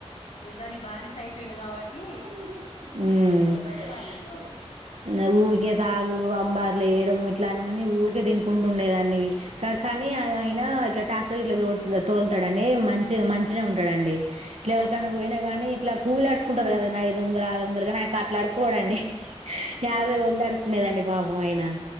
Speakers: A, on the left; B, on the right.
A: ఇగ దాని బానిస అయిపోయిండు కాబట్టి
B: ఉ ఇగ
A: ఊకే తాగేది కావచ్చు
B: ఉ ఇగ తాగుడు అంబర్లు ఏయడము ఇట్ల అన్నీ ఊకే తినుకుంట ఉండేదండీ. కా కానీ అయినా ఇట్లా ట్రాక్టర్ గిట్లా తోడ్త్లతోల్తాడు అండి. మంచిగ మంచిగానే ఉంటాడు అండి. ఇట్లా ఎవ్వలికన్నా
A: ఆ
B: పోయినా గానీ ఇట్లా కూలీ అడుక్కుంటారు కదా ఐదు వందలు ఆరు వందలు గాని అవి ఖర్ అట్లా అడుకోడండి. యాభై
A: ఆ
B: వంద అడుకునేదండి పాపం ఆయన.